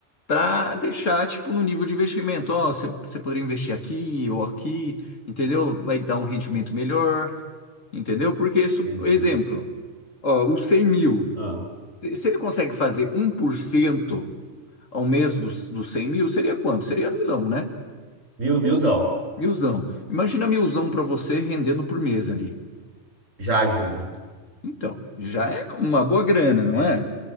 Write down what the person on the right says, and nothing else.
Entendi.
Ah,
mil, milzão.
Já ajuda.